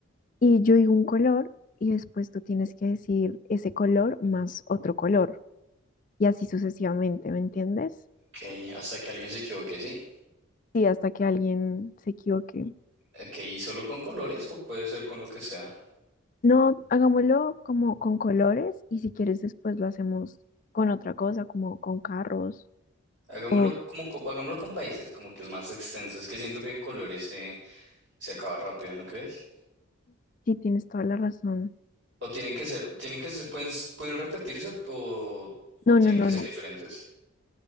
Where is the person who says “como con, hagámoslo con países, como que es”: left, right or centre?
Right